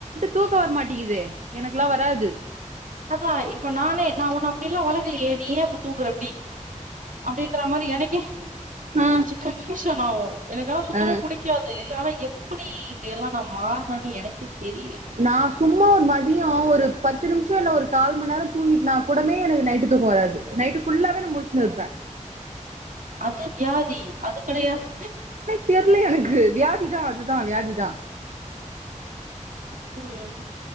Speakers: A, on the right; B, on the right.
A: தூக்கோ வரமாட்டிக்குது எனக்குலா வராது
B: அதா இப்போ நானே நா உன்ன அப்டி எல்லா வளக்குலயேன் நீ ஏ இப்ப தூங்குற இப்டி அப்டின்ற மாரி எனக்கே
A: ஆ
B: கொஞ்சோ கண்பியூஷன் ஆவு எனக்குன்னா சுத்தமா
A: ஆ
B: புடி க்காது ஆனா எப்புடி இப்டியெல்லா நா மாறுனனே எனக்கே தெரியில
A: நா சும்மா ஒரு மதியோ ஒரு பத்து நிம்ஷோ இல்ல ஒரு கால்மன் நேரோ தூங்கிட்னா கூடமே எனக்கு நைட்டு தூக்கோ வராது நைட்டு ஃபுல்லாவே நா முழுச்சுனு இருப்ப
B: அது வியாதி அது கெடையாது
A: தெர்லியே எனக்கு வியாதிதா அதுதா வியாதி தா
B: ம்